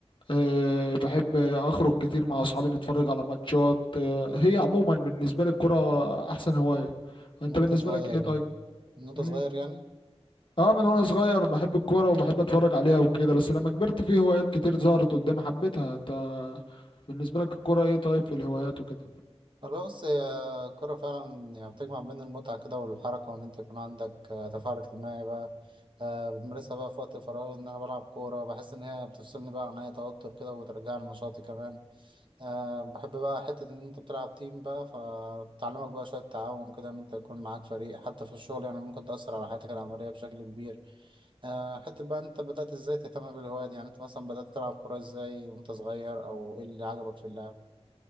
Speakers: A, on the left; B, on the right.
A: أه بحب اخرج كتير مع اصحابي نتفرج على ماتشات أه
B: امم
A: هي عموما بالنسبه لي الكوره احسن هوايه انت
B: من وانت
A: بالنسبه
B: صغير
A: لك ايه طيب
B: يعني من وانت
A: مم.
B: صغير يعني
A: اه من وانا صغير بحب الكوره وبحب اتفرج عليها وكده بس لما كبرت في هوايات كتير ظهرت قدامي حبيتها انت بالنسبه لك الكوره ايه طيب في الهوايات وكده
B: والله بص هي الكورة فعلا يعني بتجمع بين المتعة كده والحركة وان انت يكون عندك آه، تفاعل اجتماعي بقى آه، بتمارسها بقى في وقت الفراغ ان انا بلعب كورة بحس ان هي بتفصلني بقى عن اي توتر كده وبترجعني نشاطي كمان أه بحب بقى حتة إن أنت بتلعب تيم بقى فتعلمك بقى شوية تعاون كده إن أنت يكون معاك فريق حتى في الشغل يعني ممكن تأثر على حياتك العملية بشكل كبير أه حتة بقى أنت بدأت إزاي تهتم بالهواية دي يعني أنت مثلا بدأت تلعب كورة إزاي وأنت صغير أو إيه اللي عجبك في اللعب